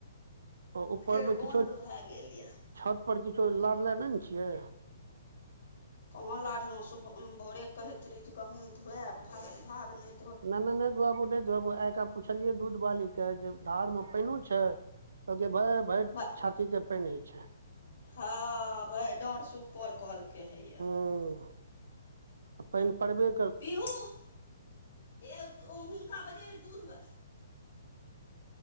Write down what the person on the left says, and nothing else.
फेर
बन्द
भए गेल यए
कहाँ लारलौं? सुब-भोरे कहैत रही जे गहूँम धुएब, भाग-भाग नै
भ
हँ, भइर डाँढ सँ ऊपर कहलकै हैया।
पीहू ह हुनका बजे दूध ले।